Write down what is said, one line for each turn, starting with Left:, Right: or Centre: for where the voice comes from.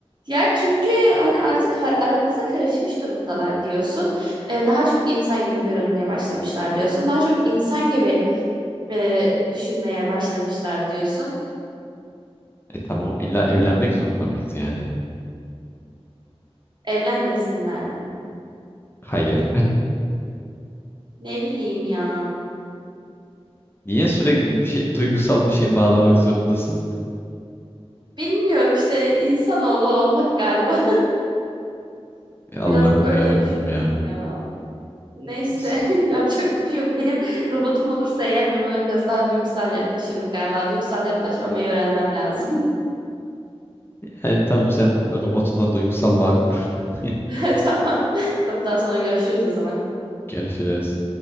Right: Ya çünkü hani artık ha- aramıza karışmış durumdalar diyorsun. Ee, daha çok insan gibi görünmeye başlamışlar diyorsun. Daha çok insan gibi e, düşünmeye başlamışlar diyorsun.
Left: E tamam illa evlenmek zorunda mıyız yani?
Right: Evlenmesinler mi?
Left: Hayır.
Right: Ne bileyim ya.
Left: <laughs> Niye sürekli bir şey duygusal bir şeye bağlamak zorundasın?
Right: Bilmiyorum işte insanoğlu olmak galiba. <laughs>
Left: Ya Allah'ım
Right: Biraz öyle
Left: ya Rabbim
Right: düşündüm
Left: ya.
Right: ya. Neyse
Left: S-
Right: <laughs> yapacak bir şey yok. Benim robotum olursa eğer ben ona biraz daha duygusal yaklaşırım galiba. Duygusal yaklaşmamayı öğrenmem lazım.
Left: Yani tamam sen robotunla duygusal bağ kur. <laughs>
Right: <laughs> Tamam. Tamam daha sonra görüşürüz o zaman.
Left: Görüşürüz.